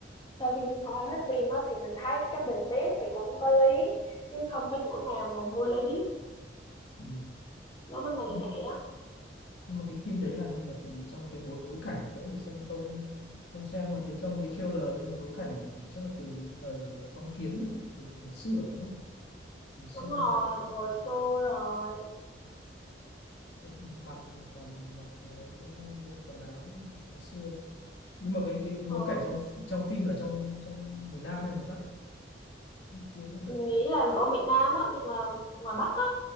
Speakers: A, on the left; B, on the left.
A: sau khi coi hết phim á thì mình thấy cái tình tiết thì cũng có lý chứ không có chỗ nào mà vô lý
B: Ừ.
A: đối với mình
B: nhưng,
A: là vậy á
B: nhưng mà cái phim đấy là như là trong cái bối bối cảnh tớ thì xem không không xem mà thấy trong cái trailer là những bối cảnh chắc là từ thời phong kiến mà từ, từ ngày xưa đúng không ngày xưa
A: đúng rồi
B: hay là,
A: từ hồi
B: hay,
A: xưa rồi
B: hay mặc còn mặc mấy cái bộ quần áo ngày xưa nhưng mà cái cái, cái
A: ờ
B: bối cảnh trong trong phim là trong trong miền Nam hay miền Bắc chưa biết là
A: mình
B: cái
A: nghĩ là ở Việt Nam á nhưng mà ngoài Bắc á